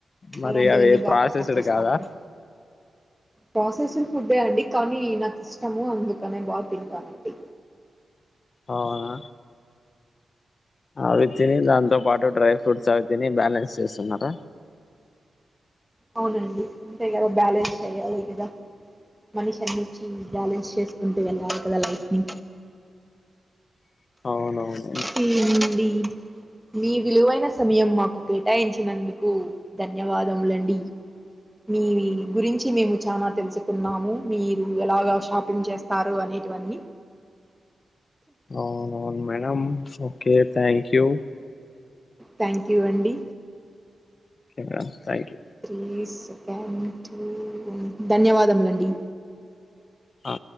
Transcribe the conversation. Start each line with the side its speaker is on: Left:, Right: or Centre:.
Left: మరి
Centre: అలాంటివన్నీ
Left: అవి
Centre: బా
Left: ప్రాసెస్డ్
Centre: పట్టిస్తామండి
Left: కాదా
Centre: ప్రాసెస్డ్ ఫుడ్డే అండి కానీ నాకిష్టము అందుకనే బాగా తింటానండి
Left: అవునా అవి తిని దాంతో పాటు డ్రై ఫ్రూట్స్ అవి తిని బ్యాలెన్స్ చేస్తున్నారా
Centre: అవునండి అంతే కదా బ్యాలెన్స్ చేయ్యాలి కదా మనిషి అన్నిటికీ బ్యాలెన్స్ చేసుకుంటూ వెళ్ళాలి కదా లైఫ్ ని
Left: అవునవును
Centre: తిండి మీ విలువైన సమయం మాకు కేటాయించినందుకు ధన్యవాదములండి మీ గురించి మేము చానా తెలుసుకున్నాము మీరు ఎలాగా షాపింగ్ చేస్తారు అని ఇవన్నీ
Left: అవునవును మేడం ఓకే థ్యాంక్యు
Centre: థాంక్యూ అండి
Left: ఒకే మేడం థాంక్కు
Centre: త్రి సెకం టు ధన్యవాదములండి
Left: ఆ